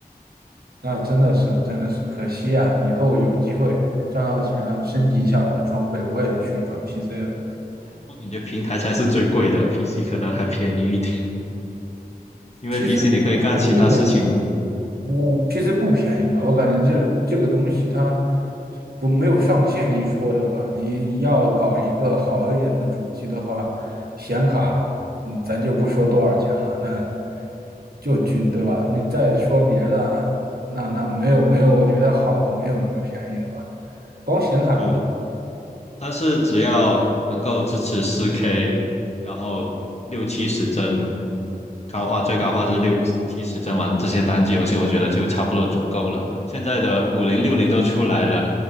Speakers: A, on the right (about 80°); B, on the left (about 45°).
A: 那真的是真的是可惜啊！以后有机会赚到钱了，升级一下我的装备，我也去转 PC 了。
B: 我感觉平台才是最贵的，PC 可能还便宜一点。因为
A: PC
B: PC 你可以干其他事情，
A: 便宜一点，我 PC 不便宜吧？我感觉这这个东西它不没有上限一说，对吧？你要搞一个好一点的主机的话，显卡，嗯，咱就不说多少钱了，那就就对吧？你再说别的，那那没有没有，我觉得好的没有一个便宜的吧，光显卡就很
B: 对，但是只要能够支持 4K，然后六七十帧高画，最高画质六七十帧玩这些单机游戏，我觉得就差不多足够了。现在的五零六零都出来了，